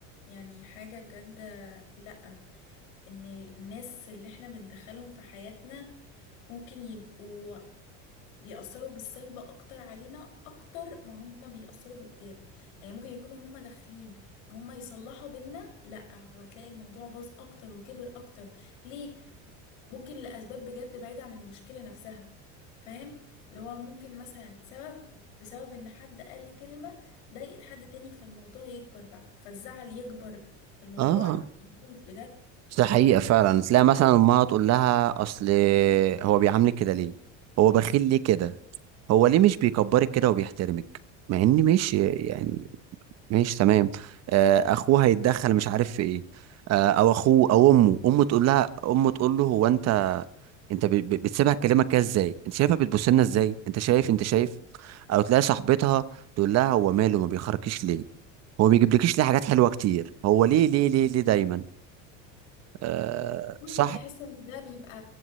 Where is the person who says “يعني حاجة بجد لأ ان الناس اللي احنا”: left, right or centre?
Left